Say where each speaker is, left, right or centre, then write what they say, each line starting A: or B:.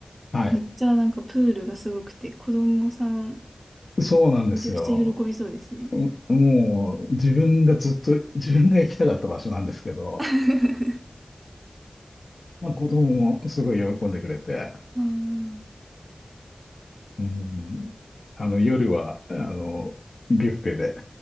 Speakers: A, on the left; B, on the right.
A: はい。
B: めっちゃなんかプールがすごくて、子供さん、
A: そうなんですよ。
B: めちゃくちゃ喜びそうですね。
A: もう自分がずっと自分が行きたかった場所なんですけど、
B: <laughs> あ
A: まあ、子供もすごい喜んでくれて、
B: ー
A: うん、あの夜はあのビュッフェで